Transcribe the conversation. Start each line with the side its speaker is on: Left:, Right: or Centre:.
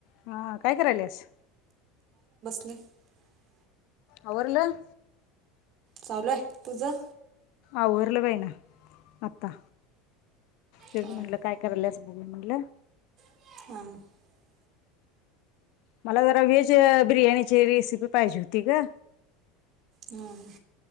Left: हां काय करायलेस
Right: <inaudible>
Left: आवरलं?
Right: चालू हाय तुझ
Left: आवरल बाई ना आता तेच
Right: हां
Left: म्हटलं काय कराल्यास म्हणलं
Right: <inaudible>
Left: मला जरा व्हेज बिर्याणीची रेसिपी पाहिजे होती ग
Right: हम